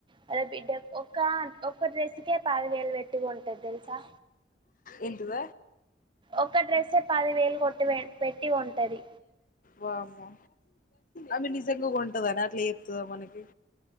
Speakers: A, on the right (about 25°); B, on the left (about 45°).
A: అల్లా బిడ్డ ఒ ఒక్క డ్రెస్ అందుకే పాలలు వెట్టిగా ఉంటా తెలుసా
B: ఎందువ
A: ఒక్క డ్రెస్ పది వేలు కొట్టి పెట్టి కొంటది
B: వామ్మో అమే నిజంగా కొంటాడ అని అట్లా చెప్తుందా మనకి